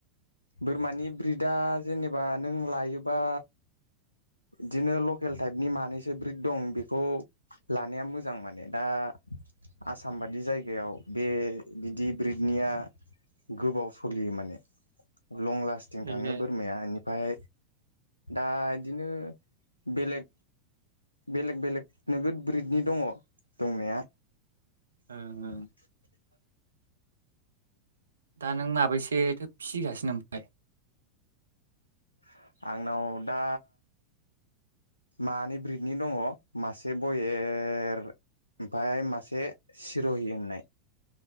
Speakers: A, on the left; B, on the right.
A: बोरमानि ब्रिटा जेनेबा नों लायोबा बिदिनो लकेल टाइपनि मानैसो ब्रिट दं बेखौ लानाया मोजां माने दा आसामबादि जायगायाव बे बिदि ब्रिटनिया गोबाव स'लियो माने लं लास्टिं थाङो
B: ए
A: बोरमाया बेनिफ्राय दा बिदिनो बेलेग बेलेग बेलेग नोगोद ब्रिटनि दङो दंनाया
B: ओं
A: <unintelligible>
B: ओं दा नों माबैसे फिसिगासिथो दं ओमफाय
A: हो आंनाव दा मानै ब्रिटनि दङो मासे ब'इयेर आमफाय मासे सिर'हि होननाय